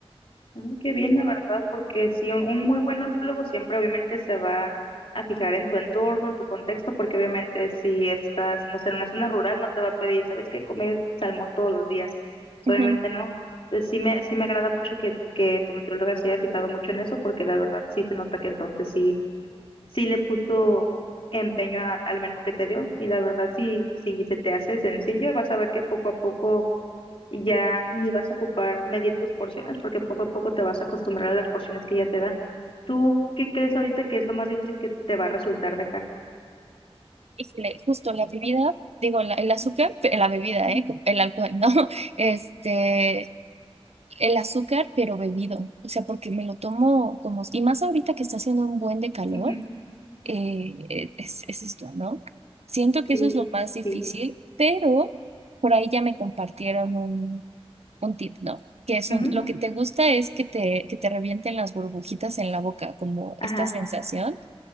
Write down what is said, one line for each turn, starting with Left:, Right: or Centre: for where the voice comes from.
Left: Mm, Qué bien, la verdad, porque sí, un, un muy buen nutriólogo siempre obviamente se va a fijar en tu entorno, en tu contexto, porque obviamente si estás, no sé, en una zona rural, no te va a pedir, ¿sabes qué? Comer salmón todos los días. Pues,
Right: Ujú.
Left: obviamente no. Eh, Sí me, sí me agrada mucho que, que tu nutrióloga se haya fijado mucho en eso, porque la verdad sí se nota que entonces sí, sí le puso empeño al, al menú que te dio. Y la verdad, sí, si se te hace sencillo, vas a ver que poco a poco y ya ni vas a ocupar medir tus porciones porque poco a poco te vas a acostumbrar a las porciones que ya te da. ¿Tú qué crees ahorita que es lo más difícil que te va a resultar dejar?
Right: Y le- justo la bebida, digo, la- el
Left: Ujú,
Right: azúcar, pe- la bebida,
Left: ujú,
Right: ¿eh? El alcohol, ¿no? <laughs> Este, el azúcar, pero bebido. O sea, porque me lo tomo como, y más ahorita que está haciendo un buen de calor,
Left: ujú.
Right: eh, eh, es, es esto, ¿no? Siento que
Left: Y,
Right: eso es lo más difícil,
Left: sí.
Right: pero por ahí ya me compartieron Un tip, no. Que son,
Left: ujú,
Right: lo que te gusta es que te, que te revienten las burbujitas en la boca, como
Left: Ajá.
Right: esta sensación.